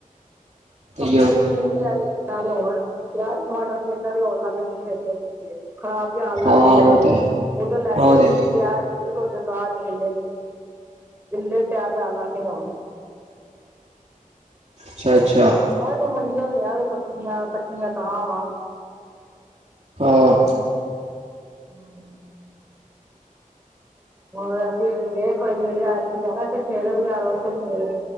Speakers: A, on the right; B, on the right.
A: ਸਬਜ਼ੀਆਂ
B: ਇਹੀਓ
A: ਤੇ ਮਂਹਗੀਆ ਨੇ, ਨਾਲੇ ਹੁਣ ਪਿਆਜ ਟਮਾਟਰ ਵੀ ਏਦਾਂ ਦੇ ਹੋਣ ਲੱਗ ਗਏ ਮੀਂਹ ਚ <inaudible> ਖ਼ਰਾਬ ਵੀ ਆਨ ਲੱਗ
B: ਹਾਂ ਉਹ
A: ਗਏ ਨੇ ਜੇ
B: ਤੇ ਹੈ
A: ਔਦਨ ਲੈ
B: ਉਹ
A: ਕੇ ਆਈ
B: ਤੇ ਹੈ
A: ਸੀ ਪਿਆਜ ਬਿਲਕੁਲ ਖਰਾਬ ਨਿਕੱਲੇ ਗਿੱਲੇ ਪਿਆਜ ਆਨ ਲੱਗ ਗਏ ਨੇ ਹੁਣ।
B: ਅੱਛਾ- ਅੱਛਾ
A: ਏਹਦੋ ਮੰਡੀਔ ਲੇ ਆਵੇ ਸਬਜ਼ੀਆਂ ਕੱਚੀਆਂਕ ਤਾਂਵਾ
B: ਹਾਂ
A: ਔ ਤੇ ਹੈ। <inaudible> ਹੋਰ ਅਸੀਂ ਗਏ ਕੋਈ ਨੀ <inaudible> ਜਾਨਾ ਸੀ। ਕੇੜੇ ਬਾਜ਼ਾਰ ਉੱਥੇ ਨੀ ਗਏ